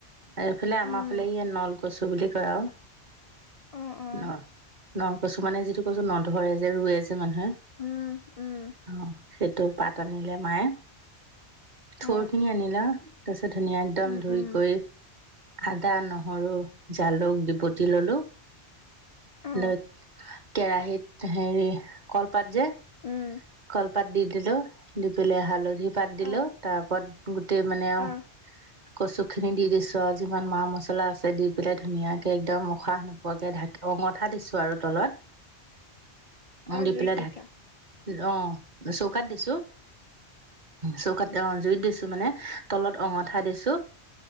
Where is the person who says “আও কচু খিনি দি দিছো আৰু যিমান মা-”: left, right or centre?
Right